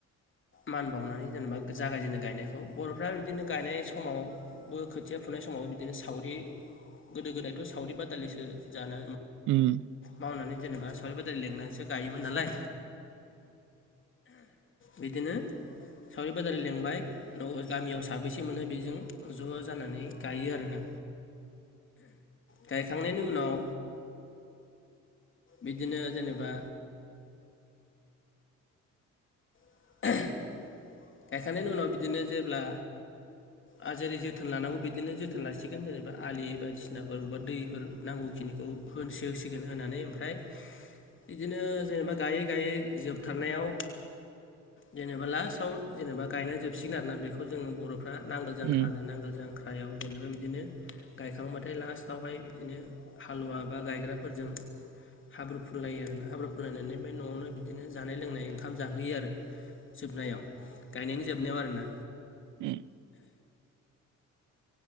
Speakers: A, on the left (about 40°); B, on the right (about 80°).
A: मान बावनानै जेनेबा जागायजेनो गायनायखौ बर'फ्रा बिदिनो गायनाय समावबो खोथिया फुनाय समाव बिदिनो सावरि गोदो गोदायथ' सावरि बादालिसो जाना
B: उम
A: मावनानै जेनेबा सावरि बादालि लेंनानैसो गायोमोन नालाय बिदिनो सावरि बादालि लेंबाय उनाव गामियाव साबैसे मोनो बेजों ज' जानानै गायो आरोना। गायखांनायनि उनाव बिदिनो जेनेबा <unintelligible> गायखांनायनि उनाव बिदिनो जेब्ला ओ जेरै जोथोन लानांगौ बिदिनो जोथोन लासिगोन जेनेबा आलि बायदिसिनाफोर बबेबा दैफोर नांगौखिनिखौ होनसो होसिगोन होनानै ओमफ्राय बिदिनो जेनेबा गायै गायै जोबथारनायाव जेनेबा लास्टआव जेनेबा गायना जोबसिगोन आरोना बेखौ जों बर'फ्रा नांगोल जांख्रा
B: उम
A: होनो नांगोल जांख्रा <unintelligible> जेनेबा बिदिनो गायखांबाथाय लास्टावहाय बिदिनो हालुवा बा गायग्राफोरजों हाब्रु फुनलायो आरना हाब्रु फुनलायनानै बे न'आवनो बिदिनो जानाय लोंनाय ओंखाम जाहोयो आरो जोबनायाव। गायनायनि जोबनायाव आरोना।
B: उम